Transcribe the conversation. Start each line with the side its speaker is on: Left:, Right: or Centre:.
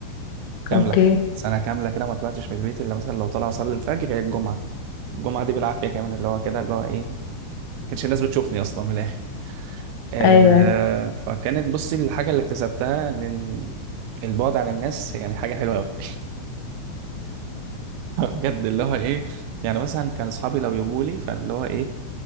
Right: كامله
Left: اوكي
Right: سنه كامله كده ما طلعتش من البيت الا مثلا لو طلع اصلي الفجر هي الجمعه الجمعه دي بالعافيه كمان اللي هو كده اللي هو ايه ما كانش الناس بتشوفني اصلا من الاخر آه،
Left: ايوه <laughs>
Right: فكانت بصي الحاجه اللي اكتسبتها ان البعد عن الناس يعني حاجه حلوه قوي <laughs> بجد اللي هو ايه يعني مثلا كان اصحابي لو يجوا لي فاللي هو ايه